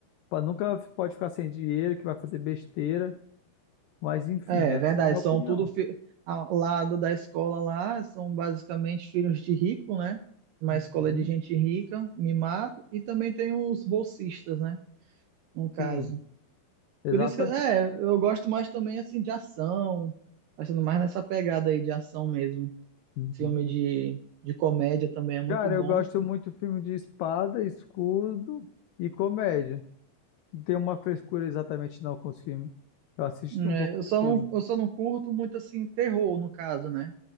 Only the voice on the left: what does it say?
Pá, Nunca f- pode ficar sem dinheiro, que vai fazer besteira, mas enfim,
né?
Essa
é a minha opinião.
Uhum.
Sim, exatamente.
Uhum.
Cara,
eu gosto muito de filme de espada, escudo e comédia. Não tenho uma frescura exatamente não com os filmes. Eu assisto
um pouco
de
tudo.